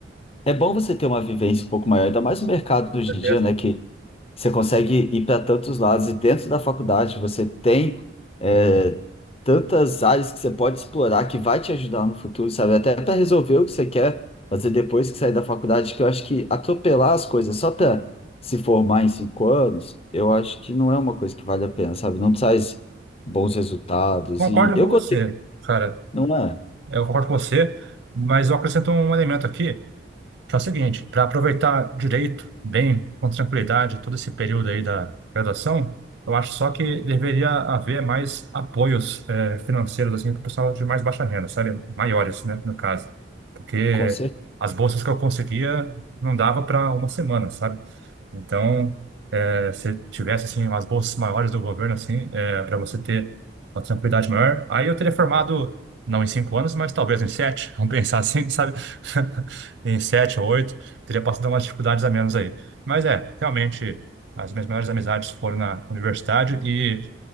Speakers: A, on the left (about 30°); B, on the right (about 75°).
A: é bom você ter uma vivência um pouco maior, ainda mais no mercado hoje
B: certeza.
A: em dia, né? Que você consegue ir para tantos lados e dentro da faculdade você tem é, tantas áreas que você pode explorar que vai te ajudar no futuro, sabe? Até para resolver o que você quer fazer depois que sair da faculdade, que eu acho que atropelar as coisas só para se formar em cinco anos, eu acho que não é uma coisa que vale a pena, sabe? Não traz bons resultados
B: Concordo
A: e eu
B: com
A: gostei,
B: você, cara.
A: não é?
B: Eu concordo com você, mas eu acrescento um elemento aqui. que é o seguinte, para aproveitar direito, bem, com tranquilidade, todo esse período aí da graduação, eu acho só que deveria haver mais apoios eh, financeiros assim, para o pessoal de mais baixa renda, sabe? Maiores, né, no caso. Porque
A: Com
B: as bolsas que eu conseguia não dava para uma semana, sabe? Então, eh, se tivesse assim, umas bolsas maiores do governo, assim, para você ter uma tranquilidade maior, aí eu teria formado, não em cinco anos, mas talvez em sete, <laughs> vamos pensar assim, sabe? <laughs> em sete ou oito, teria passado umas dificuldades a menos aí. Mas é, realmente, as minhas melhores amizades foram na universidade e